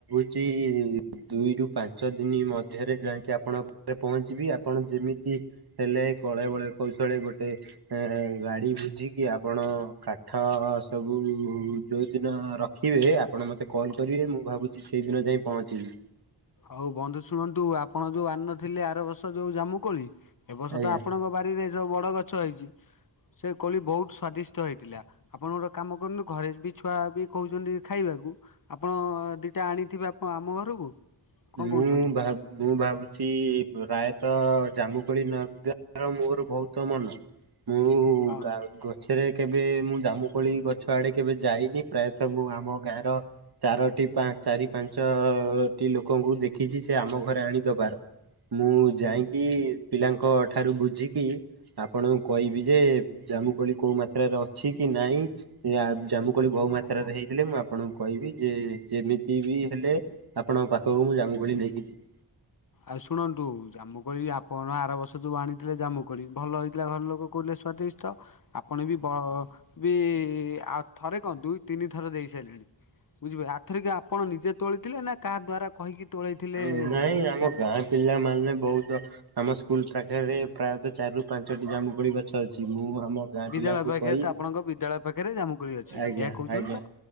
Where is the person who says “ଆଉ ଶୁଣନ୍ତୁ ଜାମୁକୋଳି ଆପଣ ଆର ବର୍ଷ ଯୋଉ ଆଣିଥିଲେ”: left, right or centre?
Left